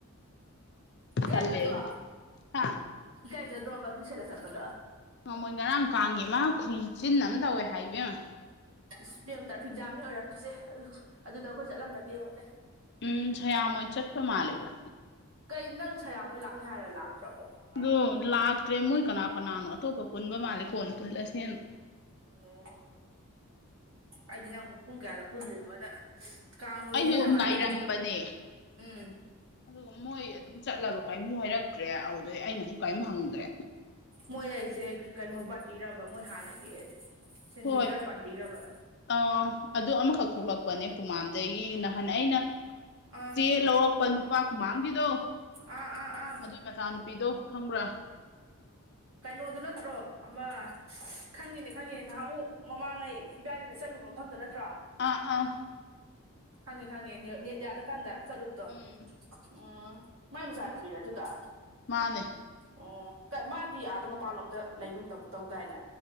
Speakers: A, on the right; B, on the left.
A: ꯏꯀꯥꯏꯖꯗ꯭ꯔꯣ
B: ꯇꯜꯂꯦ ꯑꯩꯁꯨ ꯍꯥ
A: ꯏꯀꯥꯏꯖꯗ꯭ꯔꯣꯕ ꯑꯗꯨ ꯁꯦꯠꯂ ꯆꯠꯄꯗꯣ
B: ꯅꯣꯡꯃꯣꯏ ꯉꯔꯥꯡ ꯀꯥꯡꯒꯤ ꯃꯥ ꯈꯨꯨꯏ ꯆꯤꯟꯅ ꯑꯃ ꯇꯧꯋꯦ ꯍꯥꯏꯕꯦꯝꯃ
A: ꯏꯁ ꯏꯕꯦꯃ ꯇ꯭ꯔꯥꯐꯤꯛ ꯖꯥꯝꯅꯤ ꯑꯣꯏꯔꯝꯗꯣꯏꯁꯦ ꯑꯗꯣ ꯑꯗꯨꯗ ꯑꯩꯈꯣꯏ ꯆꯠꯂꯝꯃꯗꯤ ꯌꯦꯡꯉꯨꯅꯦ
B: ꯎꯝ ꯁꯥꯌꯥꯝ ꯃꯣꯏ ꯆꯠꯄ ꯃꯥꯜꯂꯦꯕ
A: ꯀꯩ ꯅꯪ ꯁꯌꯥꯃꯣꯏ ꯂꯥꯛꯅꯤ ꯍꯥꯏꯔ ꯂꯥꯛꯇ꯭ꯔꯕꯣ ꯉꯔꯥꯡ
B: ꯑꯗꯣ ꯂꯥꯛꯇ꯭ꯔꯦ ꯃꯣꯏ ꯀꯅꯥ ꯀꯅꯥꯅꯣ ꯑꯇꯣꯞꯄ ꯄꯨꯟꯕ ꯃꯥꯜꯂꯦ ꯀꯣꯟꯅ ꯄꯨꯜꯂꯁꯦꯅ
A: ꯑꯣ ꯑꯩꯗꯤ ꯅꯪ ꯄꯨꯡ ꯀꯌꯥꯗ ꯄꯨꯜꯂꯤꯅꯣꯅ ꯀꯥꯡ ꯅꯨꯃꯤꯠꯅꯤꯅꯦ
B: ꯑꯩꯁꯨ
A: ꯉꯥꯏꯔꯝꯁꯦ
B: ꯉꯥꯏꯔꯝꯕꯅꯦ
A: ꯎꯝ
B: ꯑꯗꯨꯒ ꯃꯣꯏ ꯑꯗꯨꯝ ꯆꯠꯂꯕ ꯀꯔꯤꯝꯁꯨ ꯍꯥꯏꯔꯛꯇ꯭ꯔꯦ ꯑꯗꯨꯗꯩ ꯑꯩꯅꯁꯨ ꯀꯥꯏꯝ ꯍꯪꯗ꯭ꯔꯦ
A: ꯃꯣꯏ ꯑꯩꯁꯦ ꯀꯩꯅꯣ ꯄꯥꯔꯇꯤꯔꯕ ꯃꯣꯏ ꯍꯥꯟꯅꯒꯤ ꯁꯤꯟꯖꯤꯕꯤꯌꯔ
B: ꯍꯣꯏ
A: ꯄꯥꯇꯤꯔꯕ
B: ꯑ ꯑꯗꯨ ꯑꯃꯈꯛ ꯊꯣꯛꯂꯛꯄꯅꯦ ꯄꯨꯃꯥꯟꯗꯒꯤ ꯅꯍꯥꯟ ꯑꯩꯅ
A: ꯑꯥ
B: ꯆꯦ ꯂꯧꯔꯛꯄ ꯅꯨꯄꯥ ꯀꯨꯃꯥꯡꯒꯤꯗꯣ
A: ꯑꯥ ꯑꯥ ꯑꯥ
B: ꯒꯤ ꯃꯆꯥꯅꯨꯄꯤꯗꯣ ꯈꯪꯕ꯭ꯔꯥ
A: ꯀꯩꯅꯣꯗꯨ ꯅꯠꯇ꯭ꯔꯣ ꯑꯃ ꯈꯪꯉꯤꯅꯦ ꯈꯪꯉꯦ ꯅꯍꯥꯛꯃꯨꯛ ꯃꯃꯥꯡꯉꯩ ꯏꯕꯥꯅꯤꯅ ꯆꯠꯂꯨꯕ ꯃꯐꯝꯗꯣ ꯅꯠꯇ꯭ꯔꯣ
B: ꯑꯥ ꯑꯥ
A: ꯈꯪꯉꯦ ꯈꯪꯉꯦ ꯅꯦꯠ ꯅꯦꯠ ꯌꯥꯗ ꯀꯥꯟꯗ ꯆꯠꯂꯨꯕꯗꯣ
B: ꯎꯝ
A: ꯎꯝ ꯃꯥꯏ ꯃꯆꯥ ꯅꯨꯨꯄꯤꯔ ꯑꯗꯨꯗꯣ
B: ꯃꯥꯅꯦ
A: ꯑꯣ ꯀ ꯃꯥꯗꯤ ꯑꯥꯗ ꯃꯄꯥꯟꯂꯣꯝꯗ ꯂꯩꯒꯨꯝ ꯇꯧ ꯇꯧꯗꯥꯏꯅꯦ